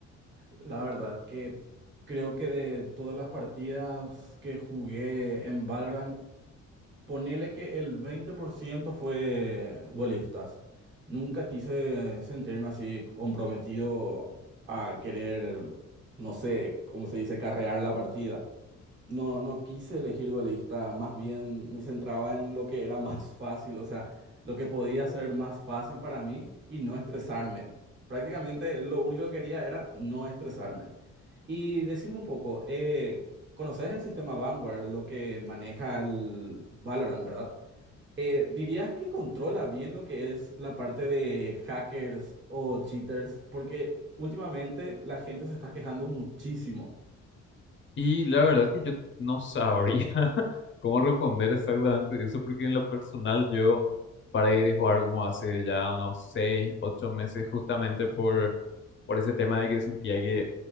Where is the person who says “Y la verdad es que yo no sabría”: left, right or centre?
Left